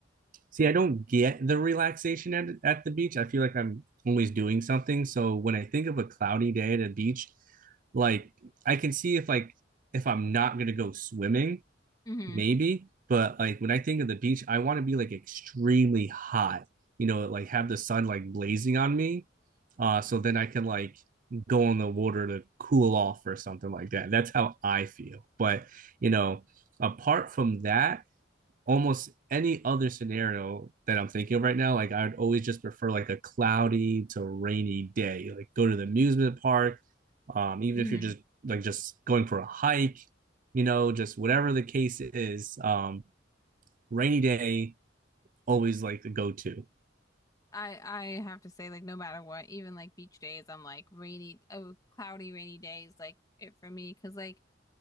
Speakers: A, on the right; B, on the left.
A: See, I don't get the relaxation at, at the beach. I feel like I'm always doing something. So when I think of a cloudy day at a beach, like I can see if like if I'm not gonna go swimming,
B: Mm-hmm.
A: maybe. But like when I think of the beach, I want to be like extremely hot, you know, like have the sun like blazing on me uh, so then I can like go in the water to cool off or something like that. That's how I feel. But you know, apart from that, almost any other scenario that I'm thinking of right now, like I would always just prefer like a cloudy to rainy day. Like go to the amusement park, um, even
B: Mm-hmm.
A: if you're just like just going for a hike, you know, just whatever the case is. Um, rainy day always like the go to.
B: I I have to say, like, no matter what, even like beach days, I'm like rainy, oh, cloudy, rainy days, like it for me, because like